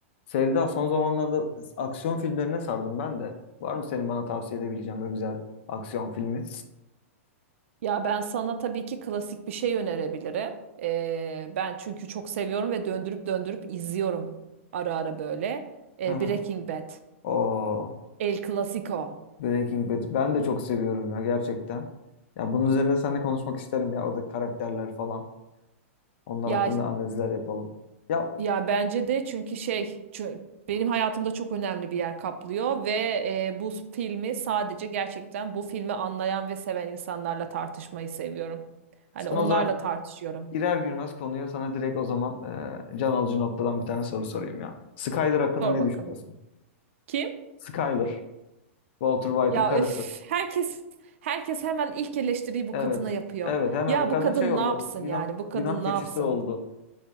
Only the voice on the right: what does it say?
Ya ben sana tabii ki klasik bir şey önerebilirim. Ee, ben çünkü çok seviyorum ve döndürüp döndürüp izliyorum ara ara böyle. Ee,
Breaking Bad,
El Clasico.
Ya
ya bence de çünkü şey çü- benim hayatımda çok önemli bir yer kaplıyor ve e, bu filmi sadece gerçekten bu filmi anlayan ve seven insanlarla tartışmayı seviyorum. Hani
onlarla
tartışıyorum.
Sor
bakalım.
Kim?
Ya
öf, herkes herkes hemen ilk eleştiriyi bu
kadına yapıyor.
Ya
bu kadın
ne yapsın
yani? Bu kadın
ne yapsın?